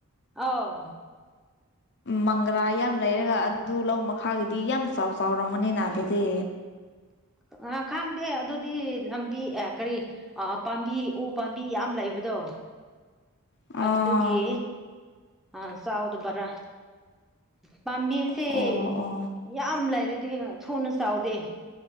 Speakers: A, in the centre; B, on the left.
A: ꯑꯧ
B: ꯃꯪꯒ꯭ꯔꯥ ꯌꯥꯝ ꯂꯩꯔꯒ ꯑꯗꯨ ꯂꯧ ꯃꯈꯥꯒꯤꯗꯤ ꯌꯥꯝ ꯆꯥꯎ ꯆꯥꯎꯔꯝꯃꯅꯤꯅ ꯑꯗꯨꯗꯤ
A: <unintelligible> ꯑ ꯈꯪꯗꯦ ꯑꯗꯨꯗꯤ ꯂꯝꯕꯤ ꯑ ꯀꯔꯤꯑꯥ ꯄꯥꯝꯕꯤ ꯎ ꯄꯥꯝꯕꯤ ꯌꯥꯝ ꯂꯩꯕ ꯗꯣ
B: ꯑꯥ
A: ꯑꯗꯨꯒꯤ ꯑꯥ ꯆꯥꯎꯥꯗꯕꯔꯥ ꯄꯥꯝꯕꯤꯁꯦ
B: ꯑꯣ ꯑꯣ
A: ꯌꯥꯝ ꯂꯩꯔꯗꯤ ꯊꯨꯅ ꯆꯥꯎꯗꯦ